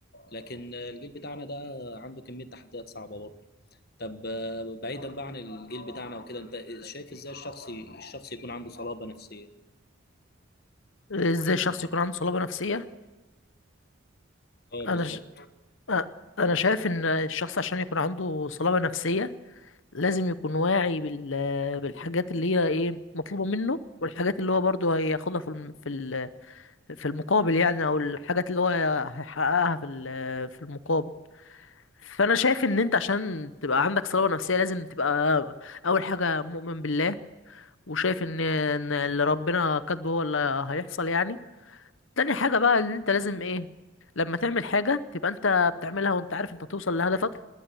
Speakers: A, on the left (about 50°); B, on the left (about 70°).
A: لكن آه، الجيل بتاعنا ده عنده كميه تحديات صعبه برضه طب آه، بعيدا بقى عن الجيل بتاعنا وكده انت شايف ازاي الشخص الشخص يكون عنده صلابة نفسية
B: ازاي الشخص يكون عنده صلابة نفسية
A: اه
B: انا
A: بالظبط
B: ش... أ- انا شايف ان الشخص عشان يكون عنده صلابة نفسية لازم يكون واعي بال... بالحاجات اللي هي ايه مطلوبة منه والحاجات اللي هو برضه هياخدها في الم... في ال... في المقابل يعني او الحاجات اللي هو هيحققها في ال... في المقابل فانا شايف ان انت عشان تبقى عندك صلابة نفسية لازم تبقى اول حاجة مؤمن بالله وشايف ان ان اللي ربنا كاتبه هو اللي هيحصل يعني تاني حاجة بقى ان انت لازم ايه لما تعمل حاجة تبقى انت بتعملها وانت عارف انت هتوصل لهدفك